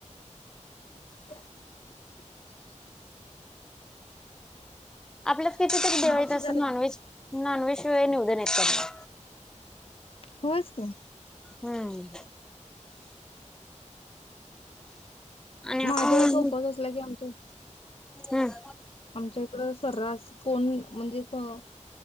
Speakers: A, on the left; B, in the centre.
A: <inaudible>
B: आपल्या किती तरी दिवाईत
A: भात शिजायला
B: अस नॉनव्हेज नाानविश शिवाय <unintelligible> उ दे न य
A: होयच की.
B: हम्म. आणि आपण
A: माझ्या सोपास असला की आमच्या
B: हम्म.
A: आमच्या इकडं सर्रास कोण म्हणजे आ